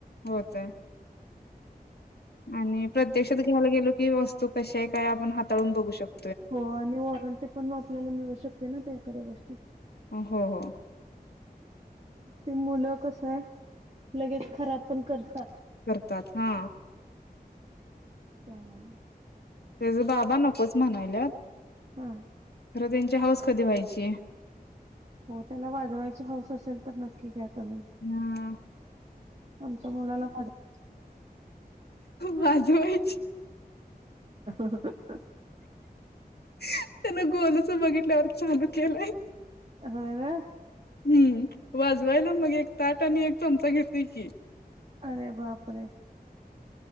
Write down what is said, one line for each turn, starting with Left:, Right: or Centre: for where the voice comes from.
Left: होतय आणि प्रत्यक्षात घ्यायला गेलो की वस्तू कशी आहे काय आपण हाताळून बघू शकतो.
Right: हो आणि वॉरंटी पण आपल्याला मिळू शकते ना त्या एखाद्या गोष्टीत
Left: हो हो
Right: ते मुलं कस आहे लगेच खराब पण करतात
Left: करतात हा
Right: त्यामुळ
Left: त्याच बाबा नकोच म्हणायल्यात
Right: हा
Left: खरं त्यांची हाऊस कधी व्हायची.
Right: हो त्याला वाजवायची हौस असेल तर नक्की घ्या तुम्ही.
Left: हा
Right: आमच्या मुलाला माझं
Left: वाजवायची
Right: <unintelligible>
Left: त्यान गोलूच बघितल्यावर चालू केलाय
Right: होय <unintelligible>
Left: हम्म वाजवायला मग एक ताट आणि एक चमचा घेतय की
Right: अरे बापरे